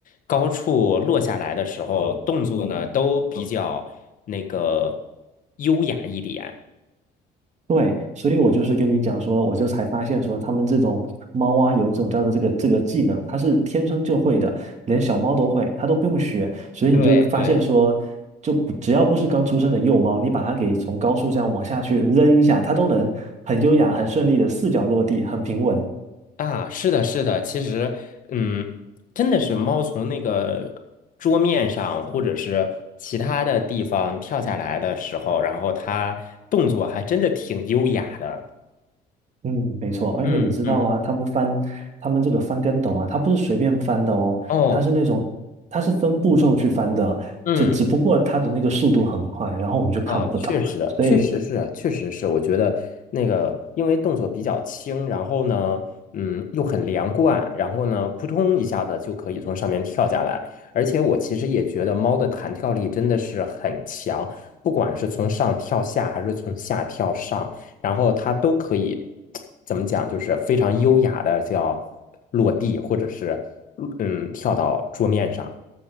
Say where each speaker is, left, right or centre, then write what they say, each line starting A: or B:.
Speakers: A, on the left; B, on the right.
A: 高处落下来的时候，动作呢都比较那个优雅一点。
B: 对，所以我就是跟你讲说，我就才发现说，他们这种猫啊，有一种叫做这个这个技能，它是天生就会的，连小猫都会，它都不用学。所以你就发现说，
A: 对对
B: 就不只要不是刚出生的幼猫，你把它给从高处这样往下去扔一下，它都能很优雅、很顺利的四脚落地，很平稳。
A: 啊，是的，是的，其实嗯，真的是猫从那个桌面上或者是其他的地方跳下来的时候，然后它动作还真的挺优雅的。
B: 嗯，没错，而且你知道啊，
A: 嗯嗯，
B: 他们翻他们这个翻跟斗啊，他不是随便翻的哦，
A: 哦，
B: 他是那种他是分步骤去翻的，
A: 嗯。
B: 就只不过他的那个速度很快，然后我们就看不到，
A: 啊，确实，
B: 所以
A: 确实是，确实是，我觉得那个，因为动作比较轻，然后呢，嗯，又很连贯，然后呢，扑通一下子就可以从上面跳下来。而且我其实也觉得猫的弹跳力真的是很强，不管是从上跳下，还是从下跳上，然后它都可以，<tsk> 怎么讲，就是非常优雅的叫落地，或者是嗯跳到桌面上，